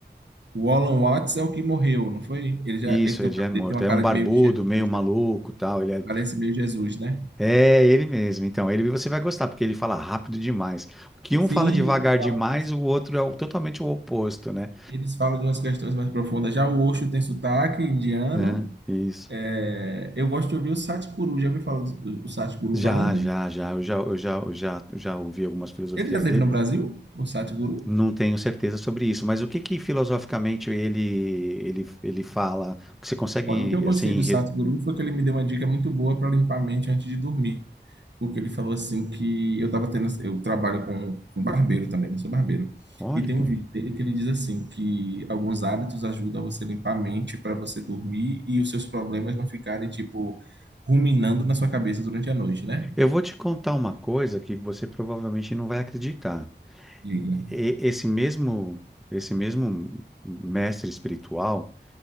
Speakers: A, on the right; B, in the centre.
A: O Alan Watts é o que morreu, não foi? Ele já
B: Isso,
A: ele tem,
B: ele
A: um-
B: já é morto.
A: ele tem uma
B: É
A: cara
B: um barbudo,
A: de meio de Jesus,
B: meio maluco,
A: né?
B: tal. Ele é,
A: Parece meio Jesus, né?
B: é ele mesmo. Então, ele você vai gostar porque ele fala rápido demais. O que um
A: Sim,
B: fala devagar
A: ele fala
B: demais,
A: que eles,
B: o outro é o- totalmente o oposto, né?
A: eles falam de umas questões mais profundas. Já o Osho tem sotaque indiano.
B: Aham, isso.
A: É, eu gosto de ouvir o Satguru. Já ouviu falar do, do Satguru
B: Já,
A: falando?
B: já, já. Eu já, eu já, eu já, eu já ouvi algumas filosofias
A: Ele já esteve
B: dele.
A: no Brasil? O Satguru?
B: Não tenho certeza sobre isso, mas o que que filosoficamente ele ele ele fala? Que você consegue
A: Olha, o que eu gostei
B: assim?
A: do
B: re-
A: Sadhguru foi que ele me deu uma dica muito boa para limpar a mente antes de dormir. Porque ele falou assim que eu estava tendo, eu trabalho com um barbeiro também, né? Sou barbeiro.
B: Olha
A: E tem
B: que
A: um
B: legal.
A: vídeo dele que ele diz assim que alguns hábitos ajudam você a limpar a mente para você dormir e os seus problemas não ficarem tipo ruminando na sua cabeça durante a noite, né?
B: Eu vou te contar uma coisa que você provavelmente não vai acreditar.
A: Diga.
B: E- Esse mesmo, esse mesmo mestre espiritual,